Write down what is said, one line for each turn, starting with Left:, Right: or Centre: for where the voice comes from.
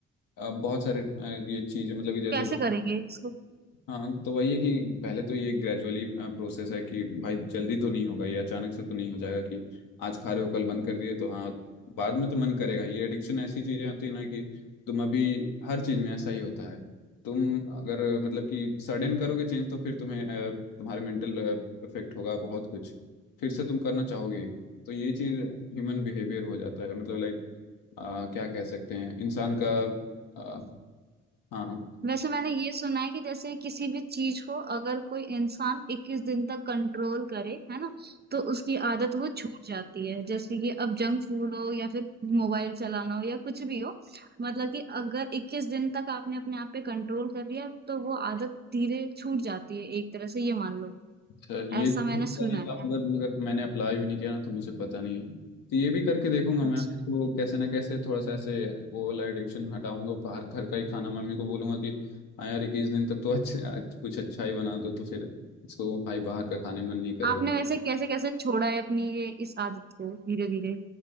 Left: बहुत सारे अ, ये चीजें मतलब कि जैसे
Right: कैसे करेंगे इसको
Left: हाँ तो वही है कि पहले तो ये ग्रेजुअली प्रोसेस है कि भाई जल्दी तो नहीं होगा ये अचानक से तो नहीं हो जाएगा कि आज खा रहे हो कल बंद कर दिए तो हाँ बाद में तो मन करेगा ये एडिक्शन ऐसी चीजें होती है ना कि तुम अभी हर चीज में ऐसा ही होता है तुम अगर मतलब कि सडन करोगे चेंज तो फिर तुम्हें अ, तुम्हारे मेंटल इफेक्ट होगा बहुत कुछ फिर से तुम करना चाहोगे तो ये चीज ह्यूमन बिहेवियर हो जाता है मतलब लाइक क्या कह सकते हैं इंसान का अ, हाँ
Right: वैसे मैंने ये सुना है कि जैसे किसी भी चीज को अगर कोई इंसान 21 दिन तक कंट्रोल करे है ना तो उसकी आदत वो छूट जाती है जैसे कि अब जंक फूड हो या फिर मोबाइल चलाना हो या कुछ भी हो मतलब कि अगर 21 दिन तक आपने अपने आप पे कंट्रोल कर लिया तो वो आदत धीरे छूट जाती है एक तरह से ये मान लो
Left: अच्छा ये
Right: ऐसा
Left: तो
Right: मैंने
Left: पता
Right: सुना
Left: नहीं था अगर
Right: है
Left: मगर मैंने अप्लाई भी नहीं किया ना तो मुझे पता नहीं है तो ये भी करके देखूंगा
Right: अच्छा
Left: मैं उसको कैसे ना कैसे थोड़ा सा ऐसे वो वाला एडिक्शन हटाऊंगा बाहर घर का ही खाना मम्मी को बोलूंगा कि हाँ यार इक्कीस दिन तक तो अच्छे आज कुछ अच्छा ही बना दो तो फिर इसको भाई बाहर का खाने मन नहीं करेगा
Right: आपने वैसे कैसे कैसे छोड़ा है अपनी ये इस आदत को धीरे धीरे